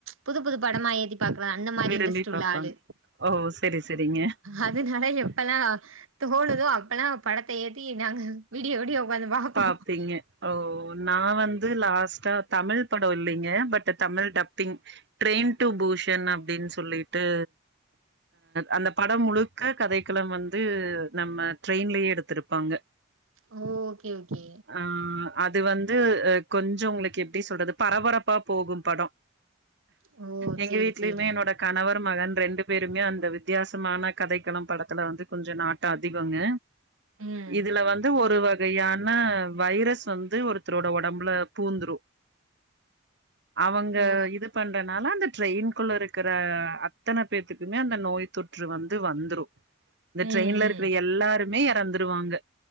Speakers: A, on the right (about 70°); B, on the right (about 55°).
A: புது புது படமா ஏத்தி பாக்ற அந்த மாரி
B: விரும்பி
A: இன்ட்ரெஸ்ட்
B: பாப்பாங்க
A: உள்ள ஆளு
B: ஓ செரி செரிங்க
A: அதனால எப்பெல்லா தோனுதோ அப்பெல்லா படத்தை ஏத்தி நாங்க விடிய விடிய உக்காந்து பாப்போ
B: பாப்பீங்க ஓ நா வந்து லாஸ்டா தமிழ் படம் இல்லைங்க but Tamil dubbing train to Busan அப்டின் சொல்லிட்டு அந்த படம் முழுக்க கதைக்களம் வந்து நம்ம ட்ரெயின் லயே எடுத்திருப்பாங்க
A: ஓ ஓகே ஓகே
B: ஆஹ் அது வந்து வந்து கொஞ்சம் உங்களுக்கு எப்டி சொல்றது பரபரப்பா போகும் படம்
A: ஓ
B: எங்க
A: சேரி
B: வீட்லயுமே
A: சேரி
B: என்னோட கணவரும் மகன் ரெண்டு பேருமே அந்த வித்தியாசமான கதைக்களம் படத்துல வந்து கொஞ்சம் நா ட்டம் அதிகங்க
A: ம்
B: இதுல வந்து ஒரு வ கையான வைரஸ் வந்து ஒருத்தரோட உடம்புல பூந்துரும் அவங்க
A: ஓ
B: இது பண்றதுனால அந்த ட்ரெயின்குள்ள இருக்கிற அத்தனை பேத்துக்குமே அந்த நோய் தொற்று வந்து வந்துரும் இந்த
A: ம்
B: ட்ரெயின்ல
A: ம்
B: இருக்கிற எல்லாருமே இறந்துருவாங்க